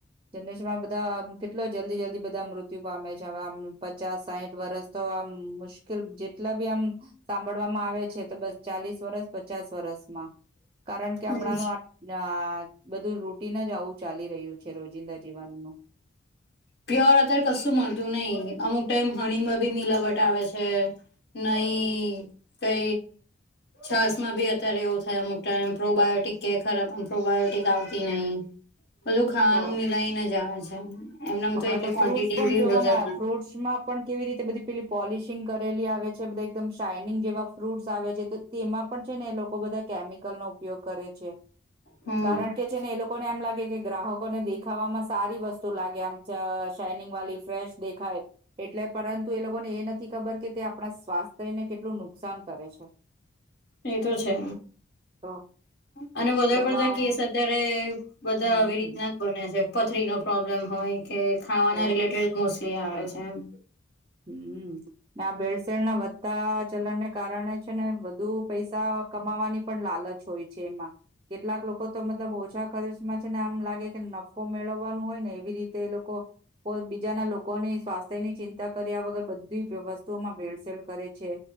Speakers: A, on the right (about 25°); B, on the left (about 55°).
A: જનરેશન માં બધા કેટલો જલ્દી-જલ્દી. બધા મૃત્યુ પામે છે હવે આમ પચાસ સાહીઠ વર્સ તો આમ મુશ્કેલ જેટલા બી આમ સાંભળવામાં આવે છે તો બસ ચાલીસ વરસ પચાસ વરસમાં. કારણ કે
B: હમ
A: હમણાંનું આ બધું રૂટીન જ આવું ચાલી રહ્યું છે રોજ. જિંદા જીવનનું.
B: પ્યોર અત્યારે કશું મળતું નહિ અમુક ટાઈમ હણીમાં બી મિલાવટ આવે છે. નહી તે છાસ માં બી અત્યારે એવું થાય અમુક ટાઇમ પ્રોબાયોટિક કે ખરા પણ પ્રોબાયોટિક આવતી નહી. બધું ખાવાનું
A: તો
B: મિલાઈને જ આવે છે. એમનેમ
A: હમણાં
B: એટલી
A: તો
B: ક્વોન્ટિટી
A: ફ્રૂટ્સ પણ
B: બી
A: જોવાના
B: વધારે ના
A: ફ્રૂટ્સમાં પણ કેવી રીતે બધી પેલી પોલિશિંગ કરેલી આવે છે બધ એકદમ શાઇનિંગ જેવા ફ્રૂટ્સ આવે છે. તેમાં પણ છે ને એ લોકો બધા કેમિકલનો ઉપયોગ કરે છે
B: હમ
A: કારણ કે છે ને એ લોકોને એમ લાગે કે ગ્રાહકો ને દેખાવામાં સારી વસ્તુ લાગે આમ ચ શાઇનિંગ વાલી ફ્રેશ દેખાાય. એટલે પરંતુ એ લોકોને એ નથી ખબર કે તે આપણા સ્વાસ્થ્ય લને કેટલું નુકસાન કરે છે.
B: એતો છે.
A: તો.
B: અને વધારે
A: દવાઓ
B: પડતા કેસ અત્યારે બધા
A: હમ
B: આવી રીતના બને છે પથરી નો પ્રોબ્લેમ હોય કે ખાવાના
A: તો
B: રિલેટેડ મોસ્ટલી આવે છે એમ.
A: હમ્મ આ ભેળસેળ ના વધતા ચલનને કારણે છે ને વધુ પૈસા કમાવાની પણ લાલચ હોય છે એમાં કેટલાક લોકો તો મતલબ ઓછા ખર્ચમાં છે ને આમ લાગે કે નફો મેળવવાનું હોય ને એવી રીતે એ લોકો કોઈ બીજાના લોકોની સ્વાસ્થ્ય ની ચિંતા ચિંતા કર્યા વગર બધી વસ્તુઓમાં ભેળસેળ કરે છે.